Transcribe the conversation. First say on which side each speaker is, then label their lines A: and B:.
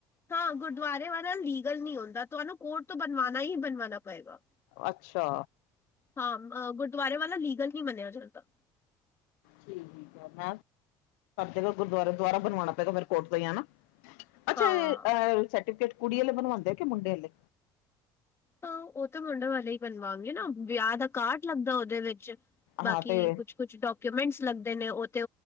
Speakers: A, on the left; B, on the left.
A: ਹਾਂ, ਗੁਰਦੁਆਰੇ ਵਾਲਾ ਲੀਗਲ ਨਹੀਂ ਹੁੰਦਾ ਤੁਹਾਨੂੰ ਕੋਰਟ ਤੋਂ ਬਣਵਾਣਾ ਹੀ ਬਣਵਾਨਣਾ ਪਏਗਾ।
B: ਅੱਛਾ।
A: ਹਾਂ, ਅ ਗੁਰਦੁਆਰੇ ਵਾਲਾ ਲੀਗਲ ਨਹੀਂ ਮੰਨਿਆ ਜਾਂਦਾ।
B: ਠੀਕ ਹੈ, ਮੈ ਗੁਰੂਦਵਾਰੇ ਵਾਲਾ ਦੁਬਾਰਾ ਬਣਵਾਉਣਾ ਪੈਗਾ ਫਿਰ ਕੋਟ ਤੋਂ ਹੀ ਹੈਨਾ। ਅੱਛਾ,
A: ਹਾਂ
B: ਅਹ ਸਰਟੀਫਿਕੇਟ ਕੁੜੀ ਵਾਲੇ ਬਣਵਾਉਂਦੇ ਆ ਕਿ ਮੁੰਡੇ ਵਲੇ
A: ਹਾਂ, ਉਹ ਤਾਂ ਮੁੰਡੇ ਵਾਲੇ ਹੀ ਬਣਵਾਾਂਗੇ ਨਾ ਵਿਆਹ ਦਾ ਕਾਢ ਲੱਗਦਾ ਉਹਦੇ ਵਿੱਚ। ਬਾਕੀ
B: ਹਾਂ ਤੇ
A: ਕੁਛ ਕੁਛ ਡਾਕੂਮੈਂਟਸ ਲੱਗਦੇ ਨੇ ਉਹ ਤੇ